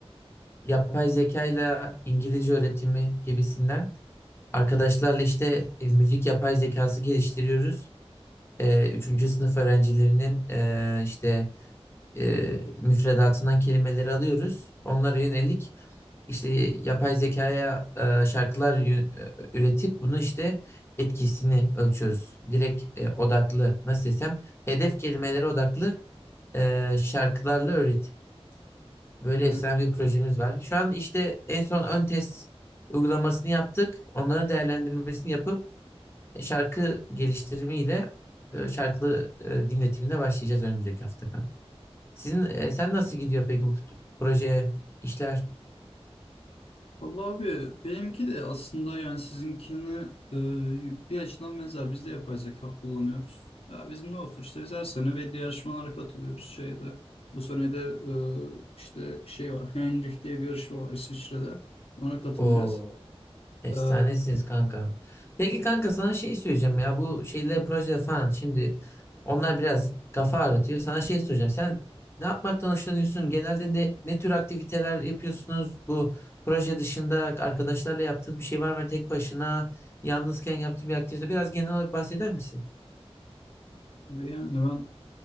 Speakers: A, on the left; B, on the left.
A: yapay zeka ile İngilizce öğretimi gibisinden. Arkadaşlarla işte e, müzik yapay zekası geliştiriyoruz. E, üçüncü sınıf öğrencilerinin e, işte e, müfredatından kelimeleri alıyoruz. Onlara yönelik işte yapay zekaya e, şarkılar yü- e, üretip bunu işte etkisini ölçüyoruz. Direkt e, odaklı nasıl desem hedef kelimelere odaklı e, şarkılarla öğretim. Böyle
B: Hmm.
A: efsane bir projemiz var. Şu an işte en son ön test uygulamasını yaptık. Onların değerlendirmesini yapıp e, şarkı geliştirimiyle e, şarkılı e, dinletimine başlayacağız önümüzdeki hafta. Sizin e, sen nasıl gidiyor peki bu proje işler?
B: Vallahi abi benimki de aslında yani sizinkini e, bir açıdan benzer. Biz de yapay zeka kullanıyoruz. Ya bizim ne olsun işte biz her sene belli yarışmalara katılıyoruz şeyde. Bu sene de e, işte şey var Heinrich diye bir yarışma var İsviçre'de. Ona katılacağız.
A: O efsanesiniz
B: Ee,
A: kanka. Peki kanka sana şey söyleyeceğim ya bu şeyler projeler falan şimdi onlar biraz kafa ağrıtıyor. Sana şey söyleyeceğim. Sen ne yapmaktan hoşlanıyorsun? Genelde ne ne tür aktiviteler yapıyorsunuz? Bu proje dışında arkadaşlarla yaptığın bir şey var mı? Hani Tek başına yalnızken yaptığın bir aktivite biraz genel olarak bahseder misin?
B: yani ben